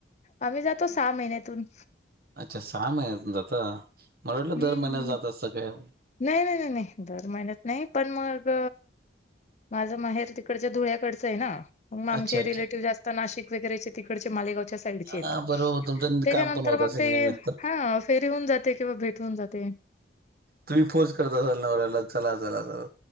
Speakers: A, on the left; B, on the right.
A: आम्ही जातो सहा महिन्यातून.
B: अच्छा सहा महिन्यात जाता,, मला वाटलं
A: हम्म
B: दर महिन्यात जात असता काय.
A: नाही नाही नाही दर महिन्यात नाही, पण मग माझं माहेर तिग तिकडच्या धुळ्याकडंच आहे ना, मग आमचे
B: अच्छा अच्छा.
A: रिलेटिव्ह जास्त नाशिक वगैरेचे तिकडचे मालेगावच्या साईड चे आहेत,,
B: हा बरोबर तुमचं
A: त्याच्यानंतर
B: काम पण होत
A: मग
B: असेल
A: ते
B: निमित्त.
A: हां फेरी हून जाते किंवा भेटवून जाते.
B: तुम्ही फोर्स करत असाल नवऱ्याला चला चला चला